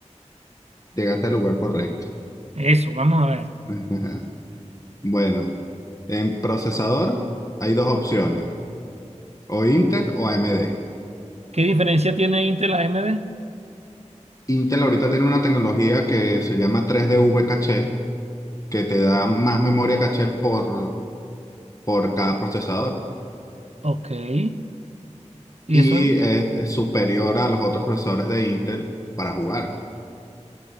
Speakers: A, on the left (about 30°); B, on the right (about 60°).
A: Llegaste al lugar correcto.
B: Eso, vamos a ver.
A: <laughs> Bueno, en procesador hay dos opciones, o Intel o AMD.
B: ¿Qué diferencia tiene Intel a AMD?
A: Intel ahorita tiene una tecnología que se llama 3 V caché, que te da más memoria caché por, por cada procesador
B: Ok. Y eso,
A: y
B: en-
A: es es superior a los otros procesadores de Intel para jugar.